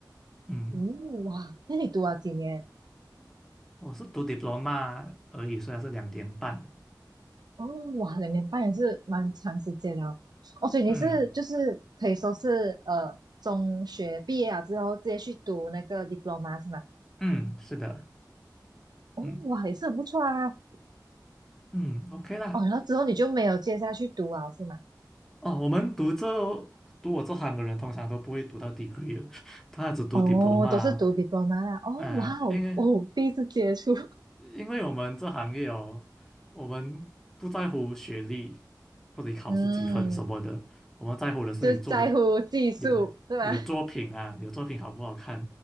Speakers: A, in the centre; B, on the right.
A: 嗯，
B: 嗯哇，那你读了几年？
A: 我是读 diploma 而已，虽然是两年半。
B: 哦，哇，两年半也是蛮长时间了。哦，所以你是就是可以说是呃，
A: 嗯
B: 中学毕业了之后直接去读那个 diploma 是吗？
A: 嗯，是的。
B: 哦，
A: 嗯
B: 哇，也是很不错啊。
A: 嗯，OK 啦。
B: 哦，然后之后你就没有接下去读啊，是吗？
A: 哦，我们读这读我这行的人通常都不会读到 degree 的 <laughs> 他只读
B: 哦，
A: diploma 啊。
B: 都是读 diploma 啦。哦，
A: 呃因为
B: 哇哦，哦，第一次接触，
A: 因为我们这行业哦，我们不在乎学历或者你考试几分什么的，
B: <laughs> 嗯，
A: 我们在乎的是你做的
B: 就是在乎技术是吧？
A: 你的你的作品啊，你的作品好不好看，